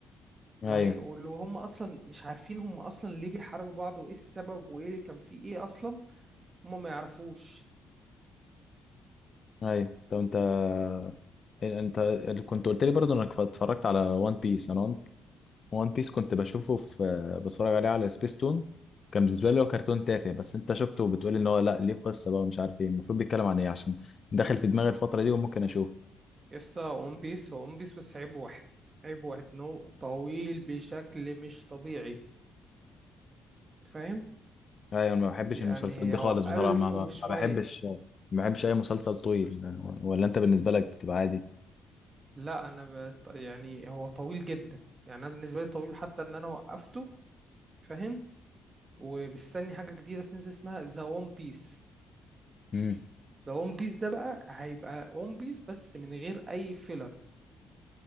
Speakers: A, on the right (about 30°); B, on the left (about 40°).
A: وهي...
B: ايوه
A: واللي هم أصلا مش عارفين هم أصلا ليه بيحاربوا بعض وإيه السبب وإيه اللي كان فيه إيه أصلا هم ما يعرفوش
B: ايوه طب انت آه، إيه، انت كنت قلت لي برضه انك اتفرجت على وان بيس انا وان بيس كنت بشوفه في بتفرج عليه على سبيستون كان بالنسبه لي هو كرتون تافه بس انت شفته وبتقول ان هو لا ليه قصه بقى ومش عارف ايه المفروض بيتكلم عن ايه عشان داخل في دماغي الفتره دي وممكن اشوفه
A: يسطا ون بيس هو ون بيس بس عيبه واحد عيبه واحد انه طويل بشكل مش طبيعي فاهم
B: ايوه انا ما بحبش
A: يعني
B: المسلسلات دي
A: هو
B: خالص بصراحه
A: ألف
B: ما
A: وشوية
B: ما ما بحبش ما بحبش اي مسلسل طويل ولا انت بالنسبه لك بتبقى عادي
A: لا أنا بت... يعني هو طويل جدا يعني أنا بالنسبة لي طويل حتى إن أنا وقفته فاهم ومستني حاجة جديدة تنزل اسمها ذا ون بيس
B: امم
A: ذا ون بيس ده بقى هيبقى ون بيس بس من غير أي فيلرز